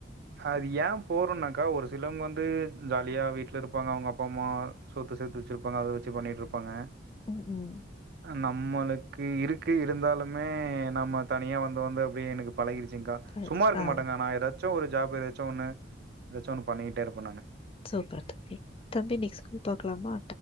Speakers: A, on the right; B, on the left.
A: அது ஏ போறனாக்கா ஒரு சிலவங்க வந்து ஜாலியா வீட்ல ருப்பாங்க அவங்க அப்பா அம்மா சொத்து சேத்து வச்சிருப்பாங்க அத வச்சி பண்ணிட்ருப்பாங்க
B: ம் உம்
A: நம்மளுக்கு இருக்கு இருந்தாலுமே நம்ம தனியா வந்து வந்து அப்டியே எனக்கு பழகிடுச்சுங்கா
B: கரெக்ட்.
A: சும்மா இருக்க
B: ஆ
A: மாட்டேங்கா நா ஏதாச்சு ஒரு ஜாப் ஏதாச்சு ஒண்ணு ஏதாச்சு பண்ணிட்டே இருப்ப நானு
B: சூப்பர் தம்பி தம்பி நெக்ஸ்ட் கால் பாக்லாமா